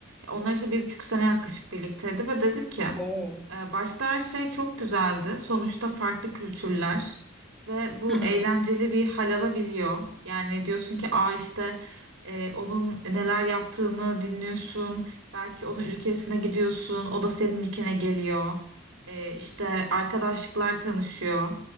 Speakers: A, on the right; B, in the centre.
A: Onlar işte bir buçuk sene yaklaşık birlikteydi ve dedik ki
B: Oo.
A: e, başta her şey çok güzeldi. Sonuçta farklı kültürler ve bu
B: Hı hı.
A: eğlenceli bir hal alabiliyor. Yani diyorsun ki aa işte e, onun neler yaptığını dinliyorsun. Belki onun ülkesine gidiyorsun. O da senin ülkene geliyor. E, işte arkadaşlıklar tanışıyor.